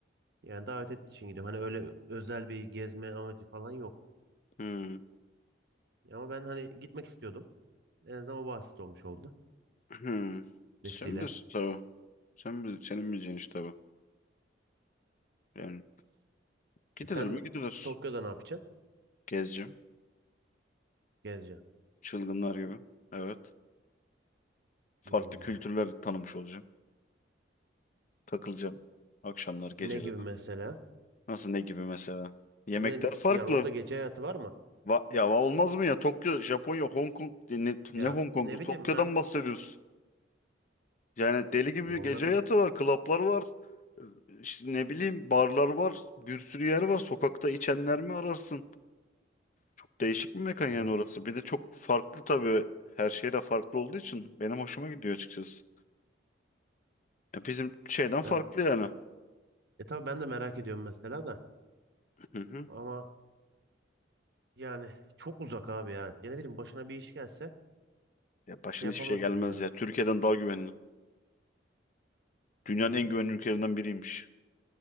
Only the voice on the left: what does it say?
Hmm.
Hmm.
Sen bilirsin tabii. Sen bil, senin bileceğin iş tabii. Yani gidilir
mi gidilir.
Gezeceğim.
Çılgınlar gibi. Evet. Farklı
kültürler tanımış olacağım. Takılacağım. Akşamlar, geceleri.
Nasıl ne gibi mesela? Yemekler
farklı.
Va- ya va- olmaz mı ya? Tokyo, Japonya, Hong Kong e, ne, ne
Hong Kong'u?
Tokyo'dan
bahsediyorsun. Yani deli gibi
gece hayatı var, klaplar var. e, İşte ne bileyim barlar var. Bir sürü yer var. Sokakta içenler mi ararsın? Çok değişik bir mekan yani
orası. Bir de çok farklı tabii. Her şey de farklı olduğu için benim hoşuma gidiyor açıkçası. Ya bizim şeyden farklı
yani.
Hı hı.
Ya başına
hiçbir şey gelmez
ya. Türkiye'den daha güvenli. Dünyanın
en güvenli ülkelerinden biriymiş.